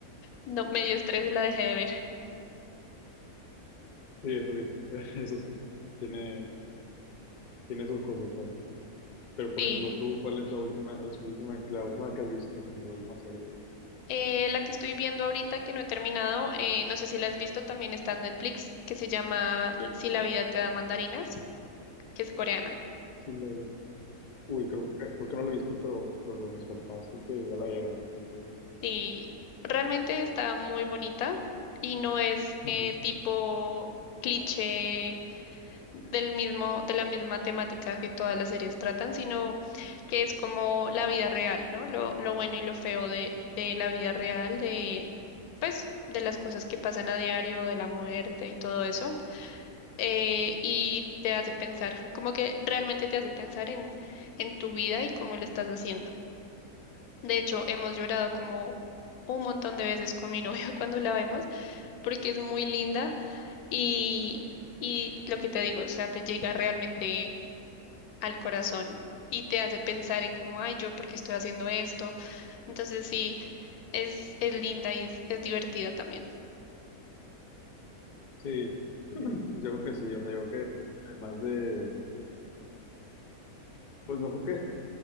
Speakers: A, on the left; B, on the left.
A: no, me dio estrés y la dejé de ver.
B: Sí, eso sí, <laughs> eso sí. Tiene, tiene sus cositas. Pero, por
A: Sí.
B: ejemplo, tú, ¿cuál es la última, la última, la última que has visto? Por ejemplo, la última serie.
A: Eh, la que estoy viendo ahorita que no he terminado, eh, no sé si la has visto, también está en Netflix, que se llama L- Si la vida te da mandarinas, que es coreana.
B: Sí, la- Uy, creo que, creo que no la he visto, pero, por ejemplo, mis papás creo que ya la vieron. Entonces,
A: Y realmente está muy bonita y no es
B: ujú.
A: eh, tipo cliché del mismo, de la misma temática que todas las series tratan, sino que es como la vida real, ¿no? Lo, lo bueno y lo feo de, de la vida real, de, pues, de las cosas que pasan a diario, de la muerte y todo eso. Eh, y te hace pensar, como que realmente te hace pensar en, en tu vida y cómo lo estás haciendo. De hecho, hemos llorado como un montón de veces con mi novio <laughs> cuando la vemos, porque es muy linda y, y lo que te digo, o sea, te llega realmente al corazón y te hace pensar en como, ay, yo, ¿por qué estoy haciendo esto? Entonces sí, es, es linda y es, es divertida también.
B: Sí, <clears throat> yo creo que sí. O sea, yo creo que además de, pues no creo que,